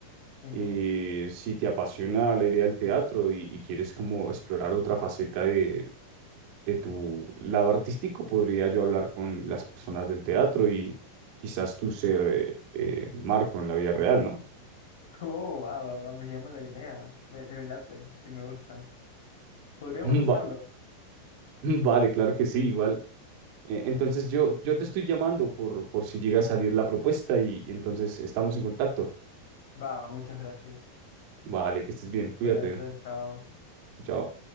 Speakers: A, on the left; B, on the right.
A: Ujú.
B: Y si te apasiona la idea del teatro y, y quieres como explorar otra faceta de, de tu lado artístico, podría yo hablar con las personas del teatro y quizás tú ser eh, eh, Marco en la vida real, ¿no?
A: <laughs> Oh, va, va, va, me llama la idea. Me, me late, si me gusta. Podríamos
B: <laughs>
A: hacerlo.
B: Va- vale, claro que sí, igual. Eh, entonces yo, yo te estoy llamando por, por si llega a salir la propuesta y, y entonces estamos en contacto.
A: Va, va, muchas gracias.
B: Vale, que estés bien, cuídate.
A: Cuídate, chao.
B: Chao.